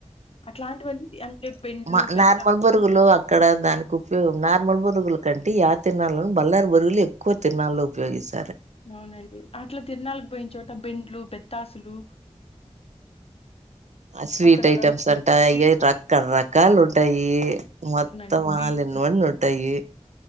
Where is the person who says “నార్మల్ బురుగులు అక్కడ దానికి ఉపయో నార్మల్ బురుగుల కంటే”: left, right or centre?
Right